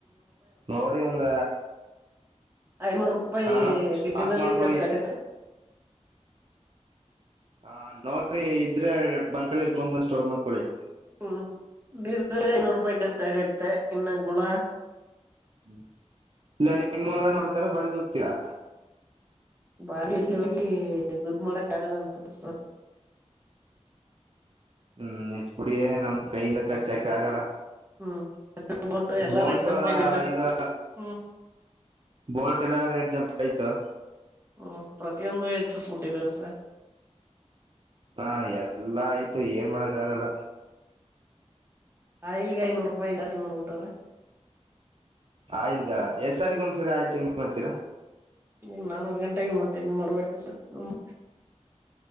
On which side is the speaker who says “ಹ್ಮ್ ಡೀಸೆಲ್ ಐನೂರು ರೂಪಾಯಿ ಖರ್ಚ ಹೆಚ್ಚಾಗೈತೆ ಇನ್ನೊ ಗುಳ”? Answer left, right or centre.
Right